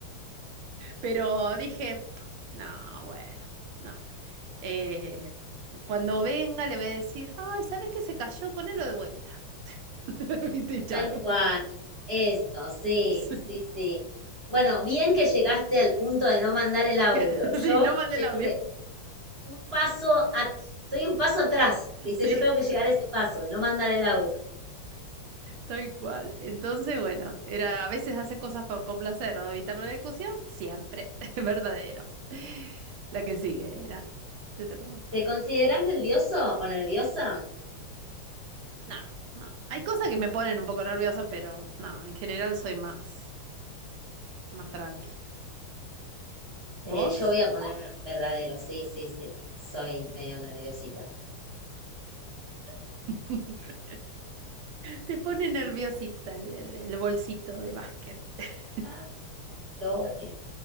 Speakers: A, on the right; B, on the right.
A: Pero dije, no, bueno, no. Eh, cuando venga le voy a decir, ay, ¿sabes qué se cayó? Ponelo de vuelta. <laughs> Viste, chao.
B: Tal
A: <laughs>
B: cual, eso, sí,
A: Sí,
B: sí, sí. Bueno, bien que llegaste al punto de no mandar el audio.
A: <laughs>
B: Yo
A: sí, no mandé
B: tengo
A: el audio.
B: que un un paso, a- estoy un paso atrás, ¿viste?
A: Sí.
B: Yo tengo que llegar a ese paso de no mandar el audio.
A: Tal cual. Entonces, bueno, era a veces hace cosas por complacer o evitar una discusión, siempre <laughs> verdadero. La que sigue era, te toca a vos.
B: ¿Te considerás nervioso o nerviosa?
A: No, no. Hay cosas que me ponen un poco nerviosa, pero no, en general soy más, más tranqui.
B: Eh,
A: ¿Vos?
B: yo voy a poner verdadero, sí, sí, sí. Soy medio nerviosita.
A: <laughs> Te pone nerviosita el, el- el bolsito de básquet. <laughs>
B: Ah, lo odio.